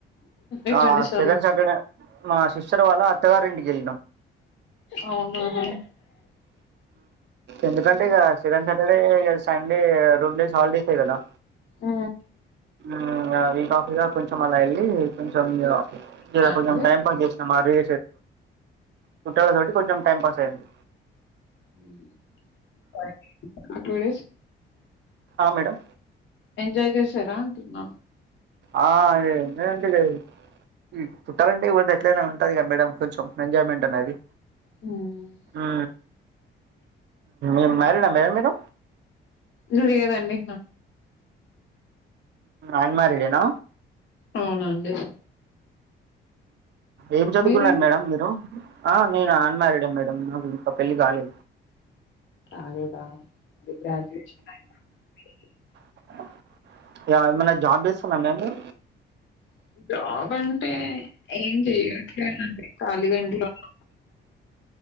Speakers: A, on the left; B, on the right.
A: ఎటండి
B: ఆ
A: సారీ.
B: సెకండ్ సాటర్డే మా సిస్టర్ వాళ్ళ అత్తగారి ఇంటికి ఎళ్ళినాం
A: అవునవును
B: ఎందుకంటే ఇగా సెకండ్ సాటర్డే ఇ సండే రెం డేస్ హాలిడేస్ ఎ కదా
A: ఆ
B: హ్మ్. వీక్ ఆఫ్ గా కొంచెం అ వెళ్ళి కొంచెం
A: దాని
B: కొంచెం
A: వల్ల
B: టైం పాస్ చేస్ <unintelligible> చుట్టలు కాబట్టి కొంచెం టైం పాస్ అయ్యింది
A: <inaudible>
B: ఆ మేడం
A: ఎంజాయ్ చేసార అంటున్నాను
B: ఆ <unintelligible> చుట్టలింటికి పోతే ఎట్లయినా ఉంటదిగా మేడం కొంచెం ఎంజాయ్మెంట్ అనేది
A: హ్మ్
B: ఉ ఉమ్ మ్యారిడా మేడం మీరు
A: లేదండి
B: అన్ మ్యారిడ్ ఎన
A: అవునండి
B: ఏం చదువుకున్నారు
A: మీరండి
B: మేడం మీరు ఆ నేన అన్మారిడే మేడం నాకు ఇంకా పెళ్ళి కాలేదు
A: కాలేదా అ గ్రాజుయేషన్ <unintelligible>
B: <unintelligible>
A: జాబ్ అంటే ఏం <unintelligible> <unintelligible> కాలిగా ఇంట్లో <unintelligible>